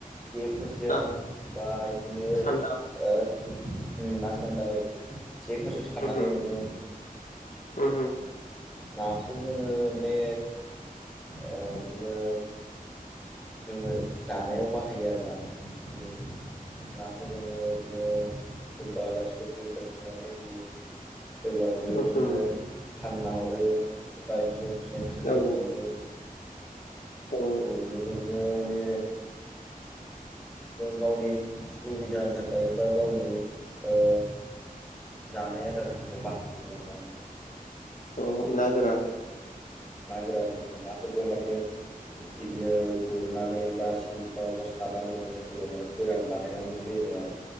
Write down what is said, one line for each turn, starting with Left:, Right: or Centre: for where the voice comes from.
Centre: जेफोर जों
Left: ना
Centre: बा बिदिनो ओ
Left: सान्दा
Centre: उम ना सान्दा औ। जेफोरजों सारनानै
Left: उमहो
Centre: मोनो।
Left: उमहो
Centre: नाखौ जोङो माने ओ बिदिनो जोङो जानायाव बाहायो आरोना बिदिनो नाखौ जोङो बिदिनो सोरबा आलासिफोर फैयोब्ला संनानै होयो। सोरबा बेबायदिनो
Left: उमहो
Centre: फानना हरो सोरबा बिदिनो फैसानि थाखाय
Left: औ
Centre: फानहरो।
Left: औ
Centre: सोरबा बेबायदिनो माने गावनि सुबिदानि थाखाय बा गावनि ओ जानाय आदारनि थाखाय बां <unintelligible>
Left: औ ना गोरान
Centre: ना गोरान नाफोरखौ माने बिदिनो गुरनानै बा सेनफ्राव बा सानानै मोनोव माने गोरान बानायनानैबो दोनो आरो।